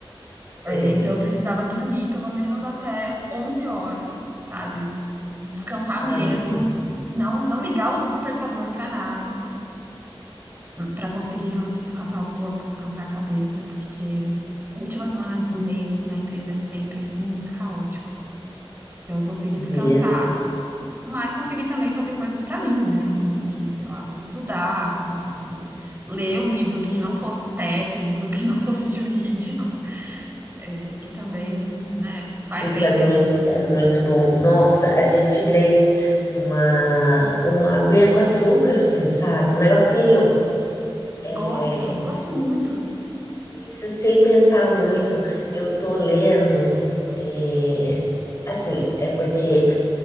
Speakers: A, on the left; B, on the right.
A: sei.
B: É, então eu precisava dormir pelo menos até 11 horas, sabe? Descansar
A: Ai,
B: mesmo,
A: que delícia
B: não não ligar o despertador pra nada, pra conseguir realmente descansar o corpo, descansar a cabeça, porque última semana do mês na empresa é sempre muito caótico. Então eu consegui
A: mesmo.
B: descansar, mas consegui também fazer coisas pra mim, né? Consegui, sei lá, estudar, consegui ler um livro que não fosse técnico, <laughs> que não fosse jurídico. é, que também, né, faz
A: Isso
B: bem,
A: é muito,
B: né?
A: é muito bom. Nossa, a gente lê uma uma aguinha com açúcar assim, sabe? Um negocinho. é
B: Gosto, gosto muito.
A: Isso, sem pensar muito, eu tô lendo, é, assim, é porque